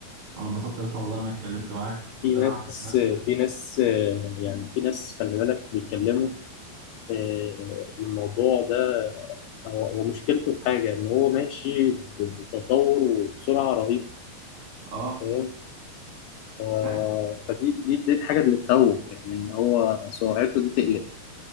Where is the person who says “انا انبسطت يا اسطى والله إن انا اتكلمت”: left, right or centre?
Right